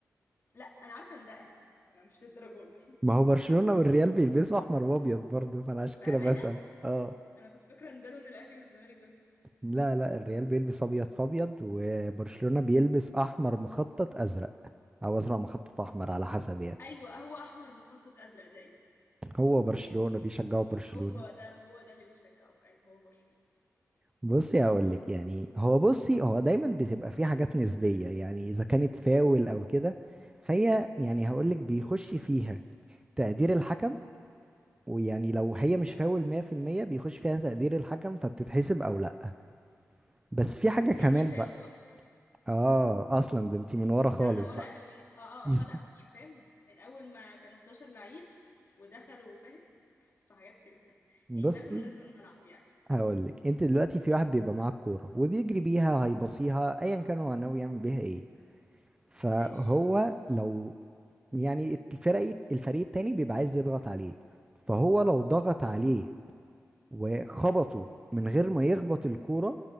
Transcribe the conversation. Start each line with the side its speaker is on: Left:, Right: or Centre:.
Left: لا انا عارفة ان ده اهلي انا مش للدرجة دي
Right: ما هو برشلونة والريال بيلبسوا احمر وابيض برضه فانا عشان
Left: بأمانة
Right: كده بسأل اه
Left: انا كنت فاكرة ان ده لون الاهلي والزمالك بس
Right: لا لا الريال بيلبس ابيض في ابيض وبرشلونة بيلبس احمر مخطط ازرق او ازرق مخطط احمر على حسب يعني
Left: ايوه هو احمر مخطط ازرق ده ايه
Right: هو برشلونة بيشجعوا برشلونة
Left: هو ده هو ده اللي بيشجعه ايوه هو برشلونة
Right: بصي هقول لك يعني هو بصي هو دايما بتبقى في حاجات نسبية يعني اذا كانت فاول او كده فهي يعني هقول لك بيخش فيها تقدير الحكم ويعني لو هي مش فاول 100% بيخش فيها تقدير الحكم فبتتحسب او لا بس في حاجة كمان
Left: يعني ايه فاول
Right: بقى
Left: اصلا
Right: اه اصلا ده انت من ورا خالص
Left: لا انا ورا
Right: بقى
Left: قوي اه اه
Right: <laughs>
Left: اه لا يعني فاهم من اول ما كانوا 11 لعيب ودخلوا فاهم في حاجات كده <laughs>
Right: بصي
Left: يعني دخلوا نزلوا الملعب يعني
Right: هقول لك انت دلوقتي في واحد بيبقى معاه الكوره وبيجري بيها هيبصيها ايا كان هو ناوي يعمل بيها ايه فهو
Left: ماشي
Right: لو يعني الفريق الفريق التاني بيبقى عايز يضغط عليه فهو لو ضغط عليه وخبطه من غير ما يخبط الكوره